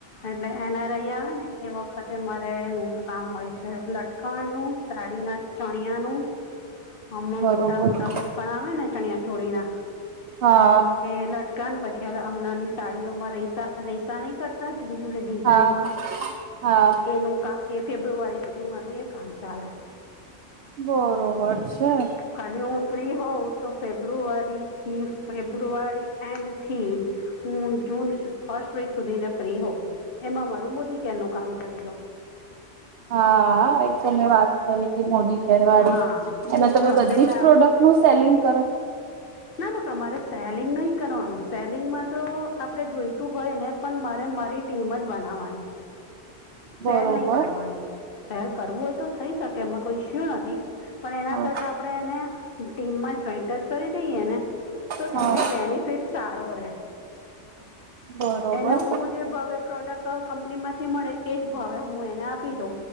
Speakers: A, on the left; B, on the right.
A: એટલે એનારાઈ આવે ને એ વખતે મારે એનું કામ હોય લટકણનું સાડી ના ચણિયાનું અમમાં
B: બરોબર
A: મોટા મોટા લટકણ આવે ને ચણિયા ચોળી ના
B: હા
A: એ લટકા પછી હમણાં ની સાડીઓમાં રસા રેસા નહી કરતા જુદી જુદી ડિઝાઇન
B: હા
A: માં
B: હા
A: એનું કામ એ ફેબ્રુઆરી સુધી મારું એ કામ ચાલે
B: બરોબર છે
A: ખાલી હું ફ્રી હોઉ તો ફેબ્રુઆરી થી ફેબ્રુઆરી એન્ડ થી હું જૂન ફસ્ટ વીક સુધીને ફ્રી હો એમાં મારું મોદી કે એનું કામ કરી લઉં
B: હા એ તમે વાત રીતે મોદી કેરવાડી
A: લઉં હા
B: એમાં તમે
A: બસ
B: બધી
A: એટલે
B: જ
A: આ
B: પ્રોડક્ટ નું સેલિંગ કરો
A: ના મક અમારે સેલિંગ નહીં કરવાનું સ્પેલિંગ માં તો આપણે જોઈતું હોય ને પણ મારે મારી ટીમ જ બનાવવાની
B: બરોબર
A: સેલ નહી કરવાનું સેલ કરવું હોય તો થઈ શકે એમાં કોઈ ઇશ્યુ નથી પણ એના
B: હા
A: કરતા આપણે એને ટીમમાં જોઈન્ટ જ કરી દઈએ ને તો
B: હા
A: એને બેનિફિટ સારો રે
B: બરોબર
A: એને હું જે ભાવ પ્રોડક્ટ કંપની માંથી મળે એજ ભાવે હું એને આપુ દો